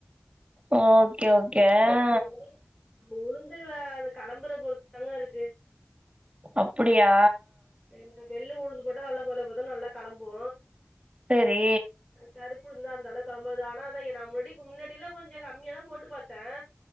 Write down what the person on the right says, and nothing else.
ஓ ஓகே ஓகே
அ.
அப்புடியா
சேரி